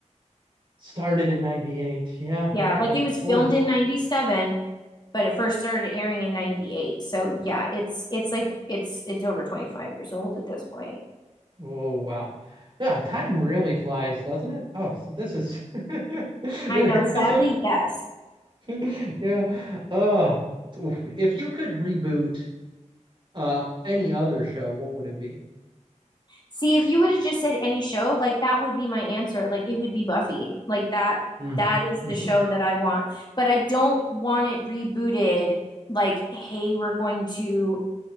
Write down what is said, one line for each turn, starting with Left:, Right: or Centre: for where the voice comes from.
Right: Started in 98. Yeah,
Left: Yeah,
Right: okay.
Left: like it was filmed
Right: Oh,
Left: in 97, but it first started airing in 98. So yeah, it's it's like it's it's over 25 years old at this point.
Right: oh wow. Yeah, time really flies, doesn't it? Oh, so this is <laughs> it
Left: I know,
Right: hurts.
Left: sadly, yes.
Right: <laughs> Yeah. Oh, oof. if you could reboot uh any other show, what would it be?
Left: See, if you would have just said any show, like that would be my answer. Like it would be Buffy. Like that
Right: Mm.
Left: that is
Right: hmm
Left: the show that I want. But I don't want it rebooted like, hey, we're going to